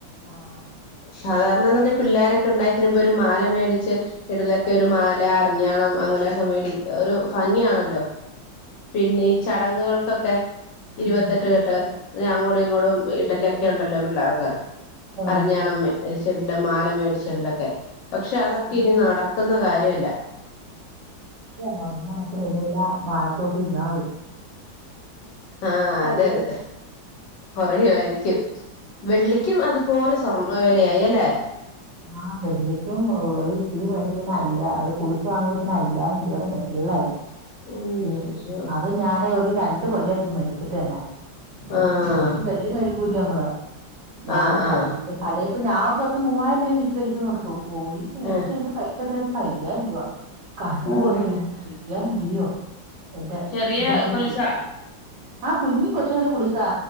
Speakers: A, on the right; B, on the left.
A: ആഹ്
B: സാധാരണ
A: മറ്റേ
B: എന്ന് പറഞ്ഞാൽ
A: സാധനം
B: പിള്ളോരൊക്കെ ഉണ്ടായിക പ്പെരുൻപൊരു മാല മേടിച്ച് ഇടലൊക്കെ. ഒരു മാല, അരഞ്ഞാണം അങ്ങനെയൊക്കെ മേടിക്കാ ഒരു ഭംഗിയാണല്ലോ? പിന്നെ ഈ ചടങ്ങുകൾക്കൊക്കെ ഇരുപത്തെട്ട്
A: ഉം
B: കെട്ട് പിന്നെ അങ്ങോട്ടും ഇങ്ങോടും ഇടലൊക്കെണ്ടല്ലോ പിള്ളേർക്ക്.
A: ആഹ്
B: അറിഞ്ഞാണമ്മേടിച്ചെട് മാല മേടിച്ചെട്ലൊക്കെ പക്ഷെ അതൊക്കെ
A: പിന്നെ
B: ഇനി നടക്ക്‌ന്ന കാര്യവല്ല.
A: വന്നു നടപ്പ്റെഡിയല്ലാം മാനത്തോക്കി ഇരുന്നാമതി.
B: ആഹ്
A: കൊറയായിരിക്കും
B: അതെ അതെ കുറയുവായിരി <unintelligible> വെള്ളിക്കും അത്പോലെ സ്വർണ വെലയായി അല്ലെ?
A: ആഹ് വെള്ളിക്കും ഓ ഇത്തിരി മേടിച്ചപ്പൊന്നെ അയ്യാ ഒരു പുളിപ്പ് വാങ്ങിയപ്പോത്തന്നെ അയ്യായിരം രൂപയുടെ മേ - പിള്ളായി.
B: ഉയ്യയ്യോ
A: നീ അത് ഞാന് ഒരു രണ്ട് കൊല്ലമായിപ്പം മേടിച്ചിട്ട് തന്നെ
B: ആഹ്
A: എ വെള്ളി മേടിക്കൂല്ല നമ്മള്. ഞാൻ
B: ആഹ്
A: പൈ
B: ആഹ്
A: കടേപൊയ് ഞാത്ത് ത്ത് മൂവായിര ന്റോ <unintelligible> കൊടുത്തു പോയി മേടിചഴിഞ്ട്ട്
B: ഏഹ്
A: പൈസത്ര അയ്യായിരം രൂവ. കണ്ണ
B: ഓഹ്
A: എളുപ്പ് ഞാൻ കഴ്യയിരംരൂവയോ എന്റെതായിപ്പോയി.
B: ചെറിയ കൊലുസാ
A: ആ കുഞ്ഞി കൊച്ചിന്ല്ല കുല്സാ